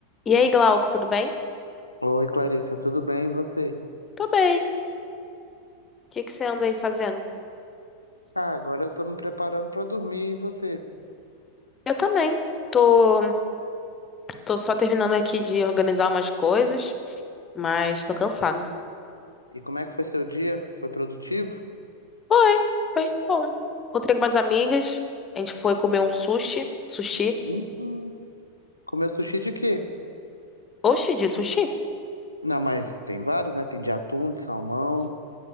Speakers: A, on the left (about 20°); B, on the left (about 80°).
A: E aí, Glauco, tudo bem?
B: Oi, Clarissa, tudo bem? E você?
A: Tô bem. O que que você anda aí fazendo?
B: Ah, agora eu tô me preparando pra dormir. E você?
A: Eu também. Tô, tô só terminando aqui de organizar umas coisas, mas tô cansada.
B: E como é que foi seu dia? Foi produtivo?
A: Foi, foi bom. Encontrei com umas amigas, a gente foi comer um sushi. Sushi.
B: Hum. Comeu sushi de quê?
A: Oxi, de sushi?
B: Não, mas tem vários, né? Tem de atum, de salmão.